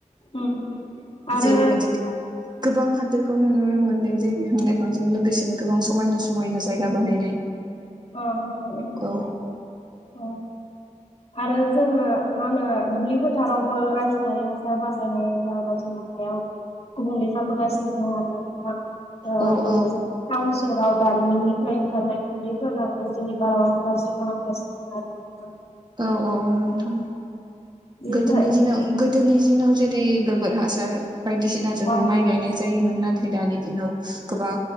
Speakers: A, on the left; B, on the right.
A: उम आरो
B: जेरैबायदि गोबां हादोरखौ नुनो मोनदों जे बिफां लाइफांजों लोगोसेनो गोबां समायना समायना जायगा बानायनाय
A: औ नोंथां
B: औ
A: औ आरो जोङो मा होनो दुब्लि फोथारावबो रासायनारि हासार बाहायनाय जाबाय जोङो गुबुंले जाबोगासिनो दं आरो नोंथां
B: औ
A: ओ
B: औ
A: टाउन स राव दारिमिननिफ्राय ओंखारनाय खुन्दैफोराबो जोंनि बारहावा खौ गाज्रि खालामगासिनो दं आरोना नोंथां।
B: औ औ नोंथां
A: बेनिफ्राय
B: गोदोनि
A: अ
B: दिनाव गोदोनि दिनाव जे दै गोबोर हासार बायदिसिनाजोंनो
A: अ,
B: माइ गायनाय जायोमोन नाथा दानि दिनाव गोबां